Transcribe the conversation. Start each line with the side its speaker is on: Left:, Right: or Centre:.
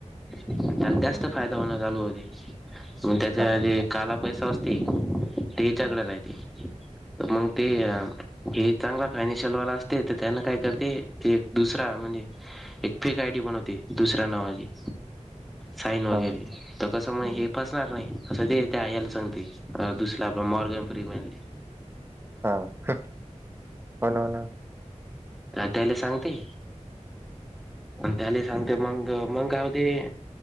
Centre: तत्यात जास्त
Right: हम्म,
Centre: फायदा चालू होती, म त्याच्या
Right: हा,
Centre: जे काला पैसा असते, तेच्याकडे
Right: हम्म,
Centre: राहते, तर मग ते हे चांगलं, फायनेशिलवाला असते, तर त्यांना काय करते एक दुसरा म्हणजे, एक फेक आयडी बनवते, दुसऱ्या नावाची, साईन वगैरे,
Right: हा,
Centre: तर कस म्ह
Right: हम्म,
Centre: हे फ, णार नाही असं ते त्या, यायला सांगते दुसर आपला मॉर्ग फ्री म्हनले,
Right: हा होन, हो ना,
Centre: त्याला सांगते, त्याला सांगते मग, मंग काय होते,